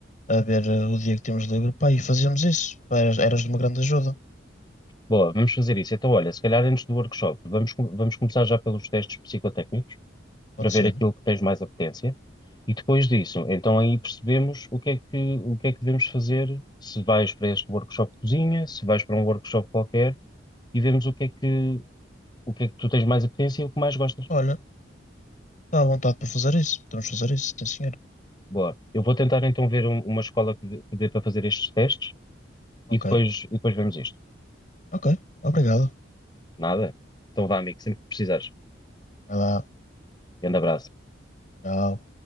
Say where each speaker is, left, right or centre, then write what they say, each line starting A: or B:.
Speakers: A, on the left; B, on the left.
A: a ver eh, o dia que temos livre, pá, e fazíamos isso. Pá, eras, eras de uma grande ajuda,
B: Boa, vamos fazer isso. Então, olha, se calhar antes do workshop, vamos, com- vamos começar já pelos testes psicotécnicos,
A: pode
B: para ver
A: ser.
B: aquilo que tens mais apetência. E depois disso, então aí percebemos o que é que, o que é que devemos fazer, se vais para este workshop de cozinha, se vais para um workshop qualquer, e vemos o que é que, o que é que tu tens mais apetência e o que mais gostas.
A: Olha, está à vontade para fazer isso, podemos fazer isso, sim senhor.
B: Boa. Eu vou tentar então ver um- uma escola que dê, que dê para fazer estes testes
A: Ok,
B: e depois, e depois vemos isto.
A: ok, obrigado.
B: Nada? Então vá, amigo, sempre que precisares.
A: Vai lá,
B: Grande abraço.
A: tchau.